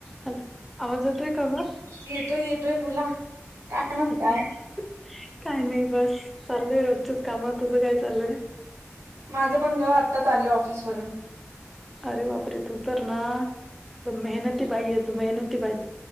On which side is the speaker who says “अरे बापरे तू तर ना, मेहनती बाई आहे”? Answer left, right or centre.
Centre